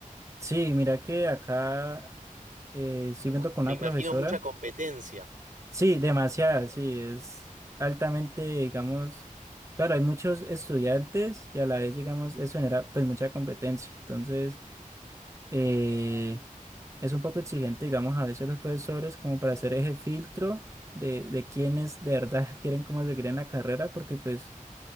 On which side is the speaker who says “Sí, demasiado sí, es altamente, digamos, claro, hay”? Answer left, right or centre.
Right